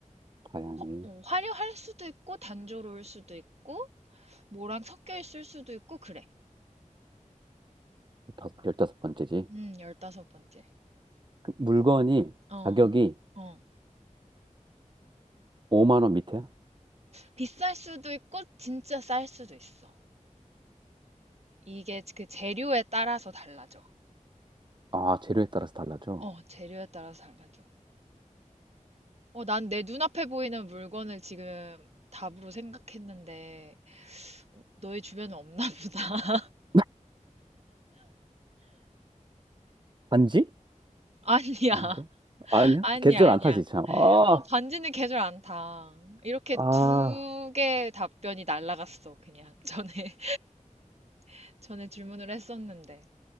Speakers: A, on the right; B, on the right.
A: 다양해.
B: 어, 어, 화려할 수도 있고, 단조로울 수도 있고, 뭐랑 섞여 있을 수도 있고, 그래.
A: 다 열다섯 번째지.
B: 음, 열다섯 번째
A: 그 물건이
B: 어,
A: 가격이
B: 어.
A: 5만 원 밑에야?
B: 비쌀 수도 있고 진짜 쌀 수도 있어. 이게 그 재료에 따라서 달라져.
A: 아, 재료에 따라서 달라져.
B: 어, 재료에 따라서 달라져. 어, 난 내 눈앞에 보이는 물건을 지금 답으로 생각했는데 너의 주변에 없나 보다.
A: <laughs> 반지?
B: <laughs> 아니야.
A: 아닌가? 아니야?
B: 아니야,
A: 계절
B: 아니야.
A: 안 타지, 참. 아,
B: 어, 반지는 계절 안 타. 이렇게
A: 아,
B: 두 개의 답변이 날라갔어, 그냥. 전에, <laughs> 전에 질문을 했었는데.